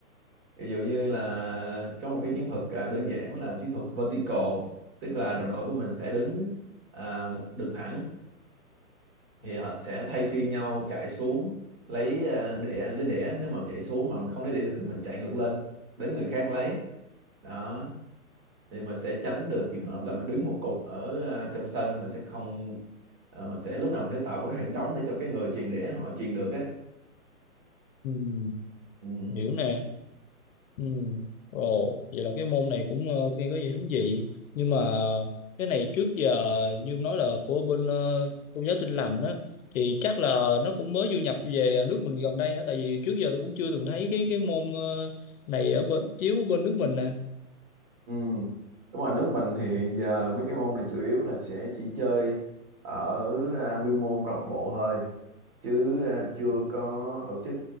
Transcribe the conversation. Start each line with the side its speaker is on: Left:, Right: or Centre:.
Right: ví dụ như là trong một cái chiến thuật à, đơn giản là chiến thuật vertical tức là đồng đội của mình sẽ đứng à, một đường thẳng thì họ sẽ thay phiên nhau chạy xuống lấy à, đĩa lấy đĩa nếu mà chạy xuống mà mình không lấy đĩa được thì mình chạy ngược lên đến người khác lấy đó thì mình sẽ tránh được trường hợp là mình đứng một cục ở à, trong sân mình sẽ không à, mình sẽ lúc nào mình phải tạo một cái khoảng trống để cho cái người truyền đĩa họ truyền được á
Left: ừm,
Right: ừ.
Left: hiểu nè. Ừ. Ồ, vậy là cái môn này cũng ờ, nghe có vẻ thú vị nhưng mà cái này trước giờ như ông nói là của bên ờ, tôn giáo Tin Lành á thì chắc là nó cũng mới du nhập về ờ, nước mình gần đây hả tại vì trước giờ tôi cũng chưa từng thấy cái cái môn ờ, này ở bên chiếu ở bên nước mình nè
Right: Ừ. Đúng rồi, nước mình thì hiện giờ mấy cái môn này chủ yếu là sẽ chỉ chơi ở à, quy mô câu lạc bộ thôi. chứ à, chưa có tổ chức